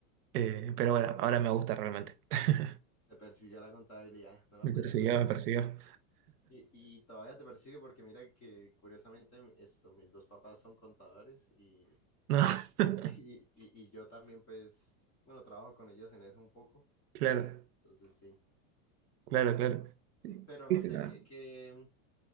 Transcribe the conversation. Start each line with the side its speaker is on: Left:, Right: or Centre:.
Right: Eh, pero bueno, ahora me gusta realmente. <laughs>
Left: Te persiguió la contabilidad, no la
Right: Me
Left: pudiste
Right: persiguió,
Left: soltar.
Right: me persiguió.
Left: Y, y todavía te persigue porque mira que curiosamente mi- esto, mis dos papás son contadores y, <laughs>
Right: No, <laughs>
Left: y, y, y yo también pues, bueno, trabajo con ellos en eso un poco,
Right: claro,
Left: entonces sí.
Right: claro, claro. Sí,
Left: Pero
Right: sí,
Left: no sé,
Right: no,
Left: que, que,